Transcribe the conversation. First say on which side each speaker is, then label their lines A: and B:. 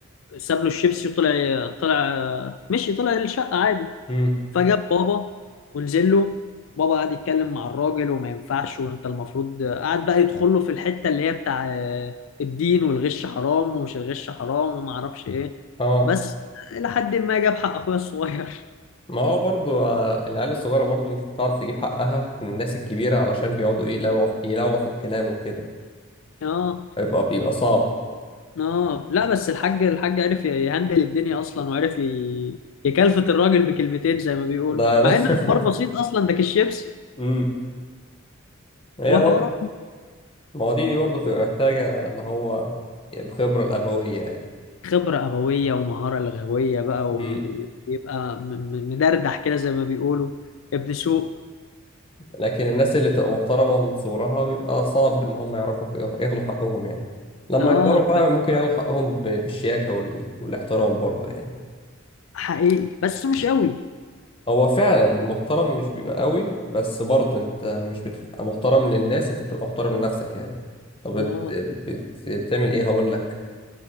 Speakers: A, on the left (about 75°); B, on the left (about 25°).
A: ساب له الشيبسي وطلع طلع آه، مشي طلع الشقة عادي
B: امم
A: فجاب بابا ونزل له بابا قعد يتكلم مع الراجل وما ينفعش وانت المفروض قعد بقى يدخل له في الحتة اللي هي بتاع آه، الدين والغش حرام ومش الغش حرام وما اعرفش ايه
B: اه
A: بس الى حد ما جاب حق اخويا الصغير
B: ما هو برضو آه، العيال الصغيرة برضو مش بتعرف تجيب حقها من الناس الكبيرة علشان بيقعدوا ايه يلوعوا في يلوعوا في الكلام وكده
A: <laughs> اه
B: فيبقى بيبقى صعب
A: اه لا بس الحاج الحاج عرف يهندل الدنيا اصلا وعرف ي- يكلفت الراجل بكلمتين زي ما بيقولوا
B: ده ده
A: مع
B: <laughs>
A: ان الحوار بسيط اصلا ده كيس شيبسي
B: امم هي
A: وحوار
B: برضو ما هو دي دي برضو بتبقى محتاجة اللي هو الخبرة الأبوية يعني
A: خبرة أبوية ومهارة لغوية بقى
B: مم.
A: ويبقى م- م- مدردح كده زي ما بيقولوا ابن سوق
B: لكن الناس اللي بتبقى محترمة من صغرها بيبقى صعب إن هم يعرفوا ياخ- ياخدوا حقهم يعني لما
A: اه
B: يكبروا بقى
A: ف-
B: ممكن ياخدوا حقهم ب- بالشياكة وال... والاحترام برضه يعني
A: حقيقي بس مش قوي
B: هو فعلا المحترم مش بيبقى قوي بس برضه أنت مش بتبقى محترم للناس أنت بتبقى محترم لنفسك يعني طب بت...
A: اه
B: بت... بتعمل إيه هقول لك